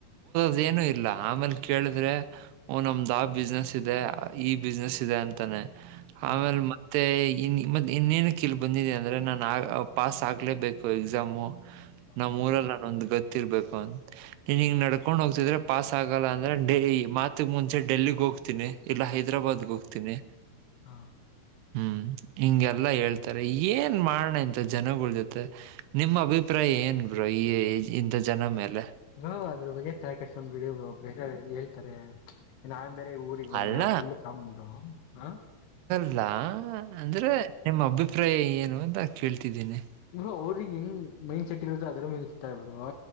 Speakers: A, on the right (about 85°); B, on the left (about 80°).
A: ಅದೇನು ಇಲ್ಲ ಆಮೇಲೆ ಕೇಳಿದ್ರೆ ಓನ್ ನಮ್ದ ಆ ಬಿಸ್ನೆಸ್ ಇದೆ ಈ ಬಿಸ್ನೆಸ್ ಇದೆ ಅಂತಾನೆ
B: ಹ್ಮ್
A: ಆಮೇಲೆ ಮತ್ತೆ ಇ ಮ ಇನ್ನೇನು ಕಿಲ್ ಬಂದಿದೆ ಅಂದರೆ ನಾನು ಆ ಪಾಸ್ ಆಗಲೇಬೇಕು ಎಕ್ಸಾಮು ನಮ್ಮ
B: ಹ್ಮ್
A: ಊರಲ್ಲ ನಾನೊಂದ ಗೊತ್ತಿರ್ಬೇಕು ಅಂತ ನೀನು ಹಿಗೆ ನಡ್ಕೊಂಡು ಹೋಗ್ತಿದ್ರೆ ಪಾಸ್ ಆಗಲ್ಲ ಅಂದರೆ ಡೆ ಮಾತಗೆ ಮುಂಚೆ ಡೆಲ್ಲಿಗೆ ಹೋಗ್ತೀನಿ ಇಲ್ಲ ಹೈದ್ರಾಬಾದ್ಗೆ
B: ಹಾ
A: ಹೋಗ್ತೀನಿ
B: ಹಾ
A: ಹ್ಮ್ ಹಿಂಗೆಲ್ಲಾ ಹೇಳ್ತಾರೆ ಏನ್ ಮಾಡಣಂತ ಜನಗಳ ಜೊತೆ ನಿಮ್ಮ ಅಭಿಪ್ರಾಯ ಏನ್ ಬ್ರೋ ಈ ಇಂತ ಜನ ಮೇಲೆ
B: ಹ್ಮ ಅದ್ರ ಬಗ್ಗೆ ತಕಷ್ಟ ಒಂದ್ ಬಿಡಿ ಬೇರೆ ಹೇಳ್ತಾರೆ ಮೇ ಊರಿಗೆಗೆ
A: ಅಲ್ಲ
B: ಬಿ ನಾ ಫುಲ್ ಕಾಮ್ ಬಿಡ ಹ
A: ಅಲ್ಲಾ ಅಂದ್ರೆ ನಿಮ್ಮ ಅಭಿಪ್ರಾಯ ಏನು ಅಂತ ಕೇಳ್ತಿದ್ದೀನಿ
B: ಬ್ರೋ ಅವ್ರಿಗೆ ಏನ್ ಮೈಂಡ್ ಸೆಟ್ ಇರುತ್ತೆ ಅದ್ರ ಮೇಲ್ತಾ ಬ